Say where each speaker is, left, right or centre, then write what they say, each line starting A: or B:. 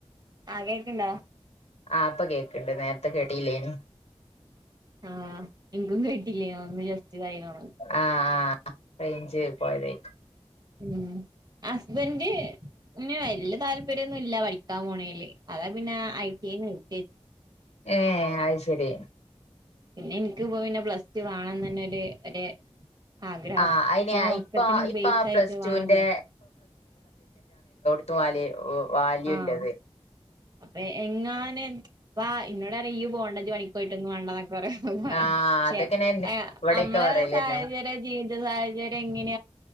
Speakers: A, on the right; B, on the left.
A: ആഹ് കേക്ക്ണ്ടോ?
B: ആഹ് ഇപ്പൊ കേക്കണ്ട് നേരത്തെ കേട്ടില്ലേനി.
A: ആഹ ഇൻക്കും കേ ട്ടിലേന്നു ഒന്ന് ജെസ്റ്റ് തായിണോണ്.
B: ആഹ് ആഹ് റേഞ്ച് പോയതേക്ക്
A: ഉം ഹസ്ബന്റന് വല്യ താല്പര്യം പര്യന്നൂല്യ വലിക്കാൻ പോണേല് അതാ പിന്നെ ഐ ടിന്ന് <inaudible>
B: ഏ അ ശരി
A: പിന്നെ എനിക്ക് ഇപ്പ പിന്നെ പ്ലസ് വേണംന്ന് തന്നെ ഒരു ഒരു ആഗ്രഹം
B: ആഹ് അയിന്
A: ഇപ്പൊ ഒക്കത്തിനും
B: ഇപ്പ ഇപ്പ
A: ബേസ്
B: ആ
A: ആയിട്ട്
B: പ്ലസ്
A: വേണല്ലോ
B: ടുവിന്റെ <unintelligible> വാല്യൂല്ലത്
A: ആഹ് അപ്പൊ എങ്ങാൻ വ ഇന്നോട് അറിയും ഇയ്യ്‌ പോണ്ട ഇജ്ജ് പണിക്കോയിട്ടൊന്നും വേണ്ടതൊ പറെ പറെ
B: ആഹ്
A: ക്ഷെ
B: അതൊക്കെന്നെ
A: എ
B: ഇവിടെക്കെ
A: നമ്മള
B: പറയലെന്നെ
A: സാഹചര്യ ജീവിത സാഹചര്യ എങ്ങ <unintelligible>